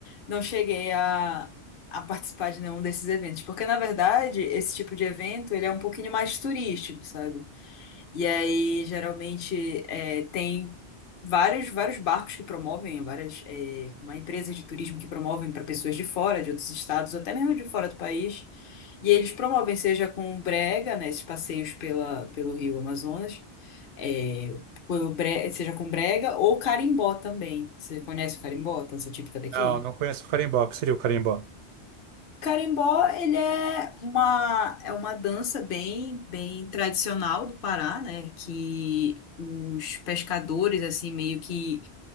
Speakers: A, on the left; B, on the right.
A: não cheguei a, a participar de nenhum desses eventos. Porque, na verdade, esse tipo de evento, ele é um pouquinho mais turístico, sabe? E aí, geralmente, é, tem vários, vários barcos que promovem, várias, é, uma empresa de turismo que promovem para pessoas de fora, de outros estados, ou até mesmo de fora do país. E eles promovem, seja com brega, né, esses passeios pela, pelo Rio Amazonas, é, pelo bre- seja com brega ou carimbó também. Você conhece o carimbó, dança típica daqui?
B: Não, não conheço o carimbó. O que seria o carimbó?
A: Carimbó, ele é uma, é uma dança bem, bem tradicional do Pará, né? Que os pescadores, assim, meio que